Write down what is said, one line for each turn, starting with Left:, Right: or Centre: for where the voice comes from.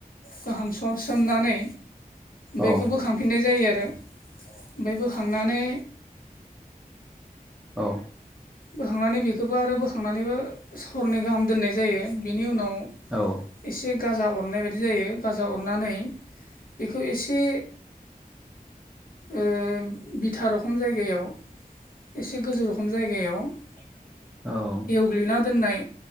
Left: गाहाम सर सोमनानै बेखौ
Centre: औ
Left: बोखां फिननाय जायो आरो ओमफ्राय बोखांनानै
Centre: औ।
Left: बोखांनानै बेखौबो आरो बोखांनानैबो सरनै गाहाम दोननाय जायो बेनि उनाव
Centre: औ।
Left: एसे गाजा अरनाय बायदि जायो गाजा अरनानै बेखौ एसे ओ बिथा रखम जायगायाव एसे गोजौ रोखम जायगा गायाव <unintelligible>
Centre: औ।
Left: एवग्लिना दोननाय